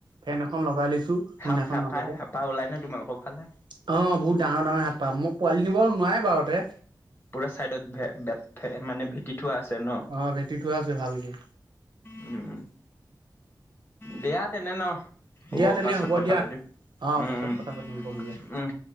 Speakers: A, on the right (about 70°); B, on the left (about 25°).
A: ফেন এখন লগাই লৈছোঁ। সিদিনাখন
B: সাপ সাপাই
A: মাজতে অ'
B: সাপা ওলাই নে তোমালোকৰ ফালে?
A: বহুত ডাঙৰ ডাঙৰ হেঁপাহ মই পোৱালি নিব নোৱাৰে বাৰুতে।
B: পুৰা চাইডত ভে ভে ভেট মানে ভেটি থোৱা আছে ন?
A: আহ ভেটি উঠোৱা আছে ভালকে।
B: উম, দিয়া তেনে ন। হ'ব
A: দিয়া তেনে
B: পাছত কথা
A: দিয়া
B: পাতিম
A: অ
B: উম
A: পাছত কথা পাতিম কম
B: উম
A: দিয়া।
B: উম